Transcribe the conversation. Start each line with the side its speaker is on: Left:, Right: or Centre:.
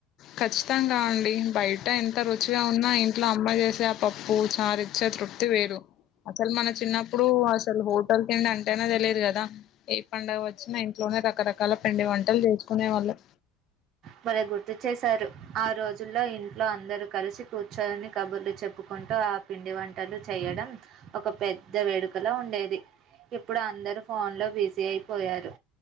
Left: ఖచ్చితంగా అండి బయట ఎంత రుచిగా ఉన్నా ఇంట్లో అమ్మ చేసే ఆ పప్పు చార్ ఇచ్ చ్చే తృప్తి వేరు. అసల్ మన చిన్నప్పుడు అసల్ హోటల్ తిండంటేనే తెలీదు గదా ఏ పండుగ వొచ్చినా ఇంట్లో నే రకరకాల పిండి వంటల్ చేస్కునే వాళ్ళం
Right: బలే గుర్తు చేశారు ఆ రోజుల్లో ఇంట్లో అందరు కలిసి కూర్చోని కబుర్లు చెప్పుకొ టూ ఆ పిండి వంటలు చేయడం ఒక పెద్ద వేడుకల ఉండేది. ఇప్పుడు అందరు ఫోన్లో బిజీ అయిపోయారు.